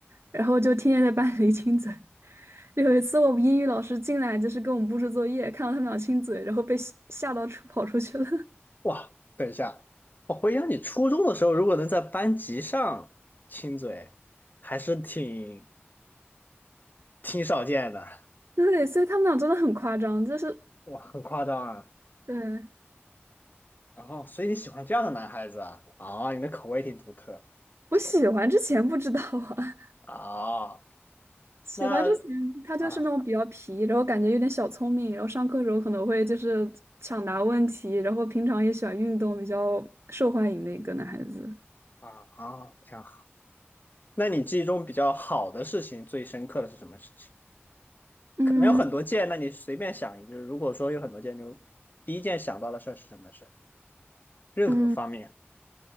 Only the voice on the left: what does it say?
哇，等一下，我回想你初中的时候，如果能在班级上亲嘴，还是挺挺少见的，
哇，很夸张啊。
然后，所以你喜欢这样的男孩子啊？啊，你的口味挺独特，
错不错啊，
那啊
啊啊，挺好。那你记忆中比较好的事情，最深刻的是什么事情？
可能有很多件，那你随便想一个。如果说有很多件，就第一件想到的事儿是什么事儿？任何方面。